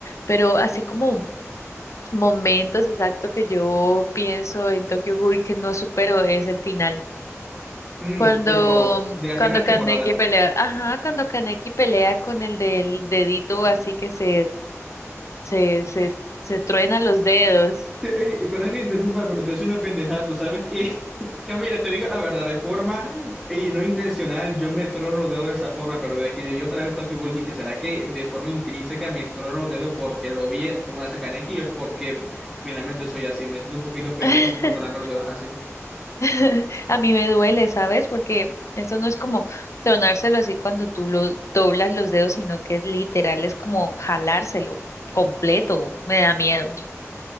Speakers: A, on the left (about 65°); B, in the centre.
A: Pero así como momentos exactos que yo pienso en Tokyo Ghoul que no supero es el final.
B: Mm,
A: Cuando,
B: pero de la primera
A: cuando
B: temporada.
A: Kaneki pelea, ajá, cuando Kaneki pelea con el del dedito así que se, se, se, se truena los dedos.
B: Te- eh, eh, perdón que interrumpa, pero te decía una pendejada, tú sabes que, <laughs> yo mira, te digo la verdad, de forma y no intencional, yo me trono los dedos de esa forma, pero desde que yo otra vez Tokyo Ghoul dije, ¿será que de forma intrínseca me trono los dedos porque lo vi eh, como hace Kaneki o es porque plenamente soy así? Me siento un poquito pendejo
A: <laughs>
B: por tronarme los dedos así.
A: <laughs> A mí me duele, ¿sabes? Porque esto no es como tronárselo así cuando tú lo doblas los dedos, sino que literal es como jalárselo completo. Me da miedo.